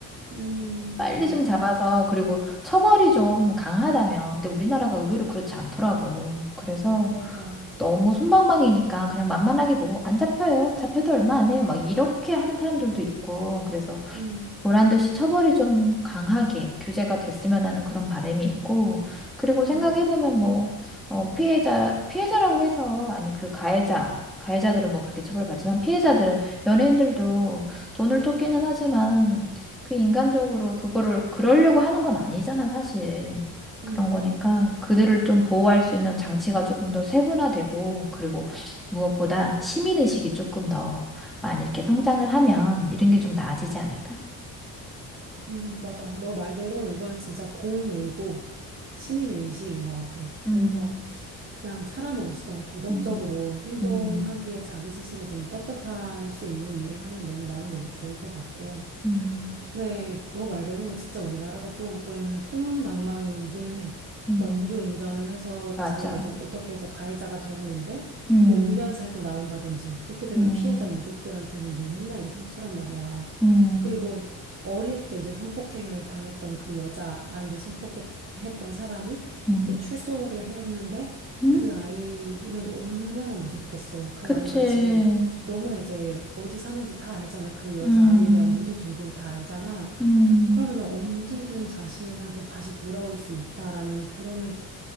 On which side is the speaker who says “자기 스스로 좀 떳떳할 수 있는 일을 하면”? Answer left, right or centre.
Right